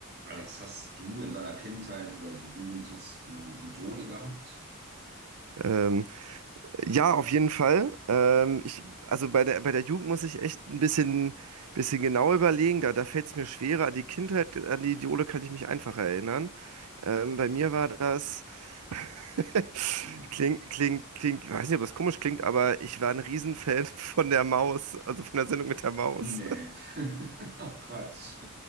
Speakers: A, on the right; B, on the right.
A: Alex, hast du in deiner Kindheit oder so Jugend, hast du Idole gehabt?
B: Ähm, ja, auf jeden Fall. Ähm, ich, also bei der, bei der Jugend muss ich echt ein bisschen, bisschen genau überlegen. Da, da fällt es mir schwerer. An die Kindheit, an die Idole kann ich mich einfacher erinnern. Ähm, bei mir war das, <laughs>
A: Hm.
B: klingt, klingt, klingt, weiß nicht, ob das komisch klingt, aber ich war ein Riesenfan <laughs> von der Maus, also von der Sendung mit der Maus.
A: Nee. <laughs> Ach, Quatsch.